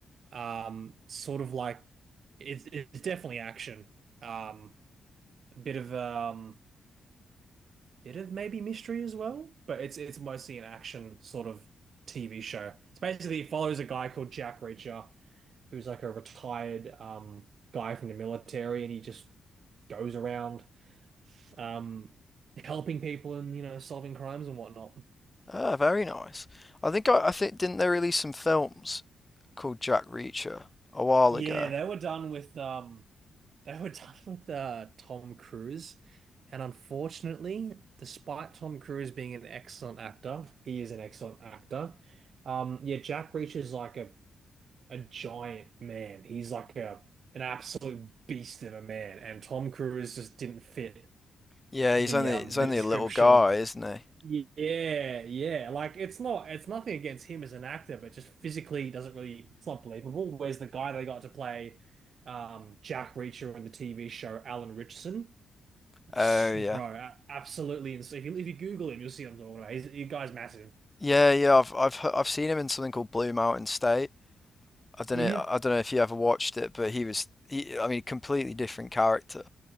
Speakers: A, on the right; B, on the left.
A: um, sort of like it's it's definitely action. Um, a bit of um, bit of maybe mystery as well, but it's it's mostly an action sort of TV show. It's basically it follows a guy called Jack Reacher, who's like a retired um guy from the military, and he just goes around um, helping people and you know solving crimes and whatnot.
B: Ah, very nice. I think I, I think didn't they release some films called Jack Reacher a while
A: Yeah,
B: ago?
A: they were done with um They were <laughs> done with uh, Tom Cruise, and unfortunately, despite Tom Cruise being an excellent actor, he is an excellent actor. Um, yeah, Jack Reacher's like a a giant man. He's like a an absolute beast of a man, and Tom Cruise just didn't fit
B: Yeah,
A: the
B: he's only
A: um
B: he's only
A: the description
B: a little guy, isn't he?
A: Yeah, yeah. Like it's not it's nothing against him as an actor, but just physically he doesn't really it's not believable. Where's the guy they got to play um Jack Reacher in the TV show Alan Richardson? Psst,
B: Oh yeah,
A: bro, a- absolutely insane. If you if you Google him, you'll see what I'm talking about. He's, the guy's massive.
B: yeah, yeah. I've I've he- I've seen him in something called Blue Mountain State. I don't
A: hmm
B: know I don't know if you ever watched it, but he was he, I mean completely different character.